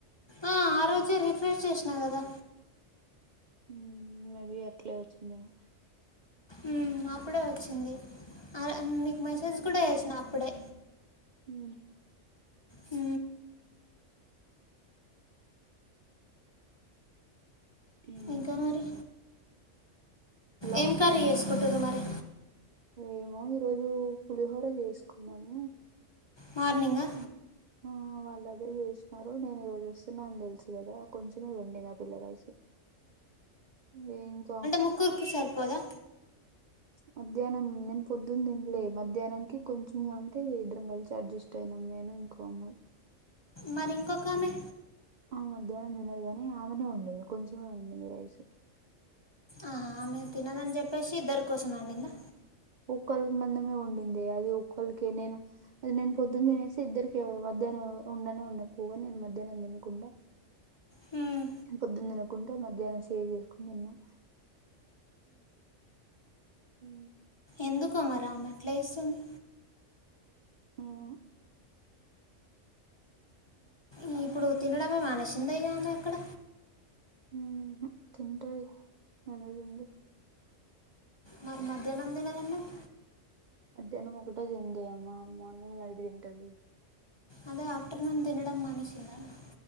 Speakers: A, on the left; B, on the right.
A: ఆ, ఆ రోజే రిఫ్రెష్ చేసినా కదా
B: ఊ మే బి అట్లే వచ్చిందేమో
A: ఊ అప్పుడే వచ్చింది ఆ రోజ్ నీకు మెసేజ్ కూడా చెసిన అప్పుడే
B: ఊ
A: ఊ
B: ఏంటి
A: ఇంకా మరి
B: హలో
A: ఏం కరి ఎసుకుటూరు మరి
B: ఏమో ఈరోజు పులిహోర చేసుకున్నాము
A: మార్నింగా
B: ఉ ఆ వాల్ ఇల్ అదే చేసినారు నేను ఈ రోజు వస్తున్నా అని తెలుసు కదా కొంచమే వెండి నా పిల్ల రైసు దేంక్
A: ముకురుకి సర్పోదా
B: మధ్యాహ్నం నేను పొద్దున్న తినలే మధ్యాహ్నానికి కొంచెంంగా ఉంటే ఇగ ఇద్దరం కలిసి అడ్జస్ట్ అయి ను నేను ఇంకో అమ్మాయి
A: మరి ఇంకొక ఆమె
B: ఆ మధ్యాహ్నం తినదు కాని ఆమెనే వండింది కొంచమే ఉండింది రైసు
A: ఆహా, ఆమె తినదని చెప్పేసి ఇద్దరి కోసం అండిందా
B: ఒక్కల్ మందమే వండిందే అది ఒక్కలకి నేను అది నేను పొద్దున్న తినేసి ఇద్దరికే మధ్యాహ్నం ఒ ఉండనే ఉండపో నేను మధ్యాహ్నం తినకుండా
A: హ్మ్,
B: నేన్ పొద్దున్ తినకుండ మధ్యాహ్నం షేర్ చేసుకుని తిన్న ఊ
A: ఎందుకొ మరి మరామె అట్లా ఏస్తుంది
B: ఉహు
A: ఈ ఇప్పుడు తినడమే మానేసింద ఆమె ఎక్కడ
B: ఊహు తింటది ఎందుకు తిందు
A: మరి మధ్యాహ్నం తినదన్నవ్
B: మధ్యాహ్నం ఒకటే తిందే అమ మార్నింగ్ ఐతే తింటది
A: అదే ఆఫ్టర్నూన్ తినడం మనేశిందామే